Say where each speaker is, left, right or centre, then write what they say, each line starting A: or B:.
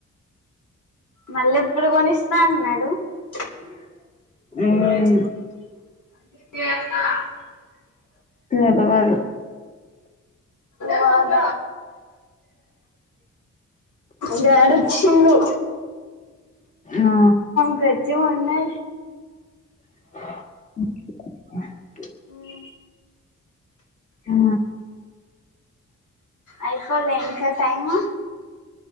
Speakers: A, on the left; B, on the left.
A: మళ్ళీ ఎప్పుడు కొనిస్ అన్నడు <unintelligible>
B: ఉమ్ తెలువదు
A: వాద బేడ వచ్చిండు
B: ఆ
A: <unintelligible> జ మ అన్నా
B: <inaudible>
A: మ్
B: ఆ
A: అయిపోలే ఇంకా టైము